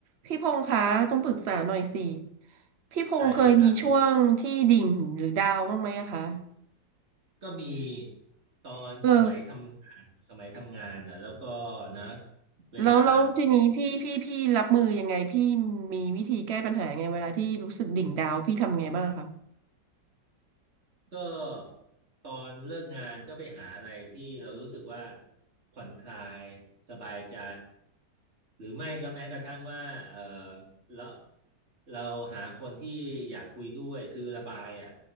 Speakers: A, on the right; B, on the right.
A: พี่พงษ์คะต้องปรึกษาหน่อยสิพี่พงษ์เคยมีช่วงที่ดิ่งหรือดาวน์บ้างไหมอะคะ
B: ได้เลยครับยินดีก็มีตอนสมัยทำงานสมัยทำงานนะแล้วก็
A: เออ
B: นะเวลา
A: แล้วแล้วทีนี้พี่พี่พี่รับมือยังไงพี่มีวิธีแก้ปัญหาไงเวลาที่รู้สึกดิ่งดาวน์พี่ทำไงบ้างคะ
B: ก็ตอนเลิกงานก็ไปหาอะไรที่เรารู้สึกว่าผ่อนคลายสบายใจหรือไม่ก็แม้กระทั่งว่าเออแล้วเราหาคนที่อยากคุยด้วยคือระบายอ่ะ